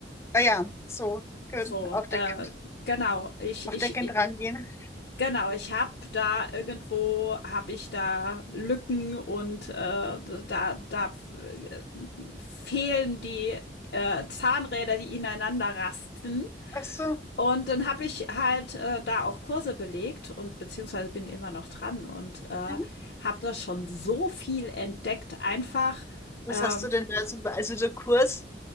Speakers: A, on the left; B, on the left.
A: ah ja, so, gut,
B: So,
A: aufdeckend,
B: äh, genau. Ich,
A: aufdeckend
B: ich,
A: rangehen.
B: Genau, ich habe da irgendwo habe ich da Lücken und äh, da da äh, fehlen die äh, Zahnräder, die ineinander rasten.
A: Ach so.
B: Und dann habe ich halt äh, da auch Kurse belegt und beziehungsweise bin immer noch dran und äh,
A: mhm.
B: habe da schon so viel entdeckt. Einfach,
A: Was
B: ähm,
A: hast du denn da so, also so Kurse?